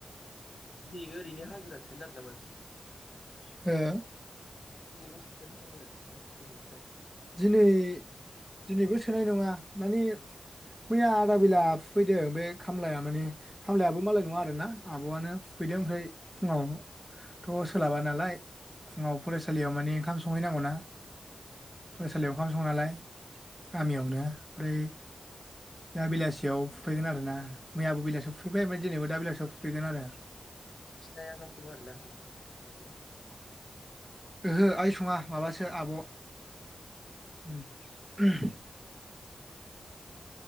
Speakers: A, on the left; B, in the centre.
A: <unintelligible> ओरैनो हाजिरा सोनो नागिरदों नामा नोंस्रा?
B: हो?
A: दिनैबो सोगोन हाजिरा नोंस्रा दिनैनिफ्राय?
B: दिनै दिनैबो सोनाय नङा माने मैया आदा बेला फैदों बे खामलाया माने खामलायाबो मालाय नङा आरोना आब'आनो फुफैदों ओमफ्राय फुङाव थ' सोलाबा नालाय फुङाव
A: नोंसिना
B: फरायसालियाव माने ओंखाम स संहैनांगौ ना फरायसालियाव ओंखाम सङो नालाय गामियावनो फ्राय
A: <inaudible>
B: दा बेलासियाव फुफैगोन आरोना मैयाबो बेलासियाव फुफैबाय ओमफ्राय दिनैबो दा बेलासियाव फुफैगोन आरो
A: नोंसिनि आया ओंखाम सङो आरोना होमबा स्कुलाव ना
B: ओहो आइ सङा माबासो आब' ओम ओम